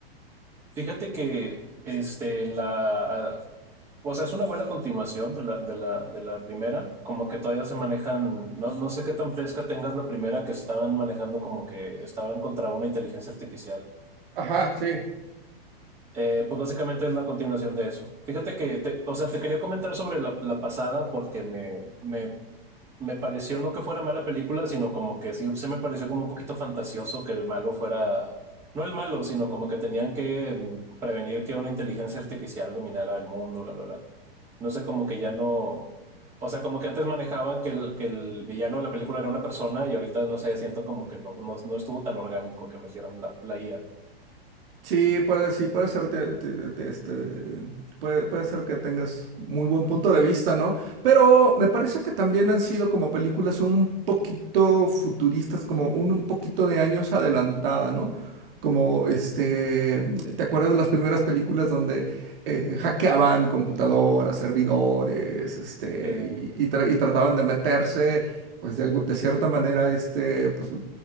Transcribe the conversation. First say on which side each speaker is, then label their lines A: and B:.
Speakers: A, on the right; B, on the right.
A: Fíjate que este, en la, O sea, es una buena continuación de la, de la, de la primera, como que todavía se manejan, no, no sé qué tan fresca tengas la primera que estaban manejando como que estaban contra una inteligencia artificial.
B: Ajá, sí.
A: Eh, pues básicamente es la continuación de eso. Fíjate que, te- o sea, te quería comentar sobre la, la pasada porque me, me me pareció no que fuera mala película, sino como que sí se me pareció como un poquito fantasioso que el malo fuera, no el malo, sino como que tenían que mm, prevenir que una inteligencia artificial dominara el mundo, bla, bla, bla. No sé, como que ya no, o sea, como que antes manejaban que el, que el villano de la película era una persona y ahorita no sé, siento como que no, no, no estuvo tan orgánico que metieran la, la IA.
B: Sí, puede, sí, puede ser, te- te- te- este, puede, puede ser que tengas muy buen punto de vista, ¿no? Pero me parece que también han sido como películas un poquito futuristas, como un, un poquito de años adelantada, ¿no? Como, este, ¿te acuerdas de las primeras películas donde eh, hackeaban computadoras, servidores, este,
A: Eh,
B: y, y tra- y trataban de meterse, pues, de, algu- de cierta manera, este, pues,